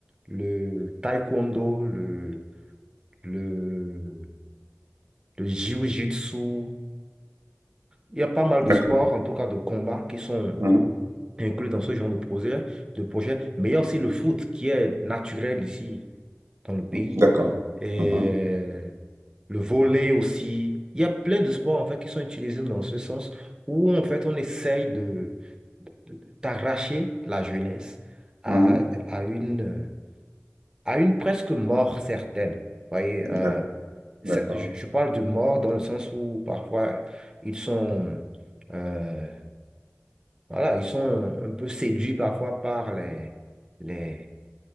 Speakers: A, on the right (about 15°); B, on the right (about 85°).
A: le taekwondo, le, le, le jiu-jitsu. Il y a pas mal
B: d'accord,
A: de sports, en tout cas de combats, qui sont
B: Mhm.
A: inclus dans ce genre de projet, de projet. Mais il y a aussi le foot qui est naturel ici, dans le pays.
B: d'accord,
A: Et
B: Mhm.
A: le volley aussi. Il y a plein de sports, en fait, qui sont utilisés dans ce sens où, en fait, on essaye de t'arracher la jeunesse à,
B: Mhm.
A: à une, à une presque mort certaine. Vous voyez, euh,
B: D'ac-
A: c'est-
B: d'accord.
A: je, je parle de mort dans le sens où parfois ils sont, euh, voilà, ils sont un, un peu séduits parfois par les, les,